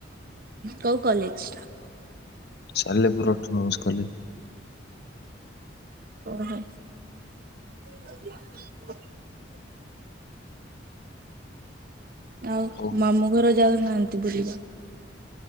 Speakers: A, on the right; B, on the left.
A: କୋଉ କଲେଜ ଟା?
B: Salepur autonomous college.
A: ଓହୋ। <unintelligible> ଆଉ
B: ହଉ
A: ମାମୁଁ ଘର ଯାଉନାହାଁନ୍ତି ବୁଲିବା?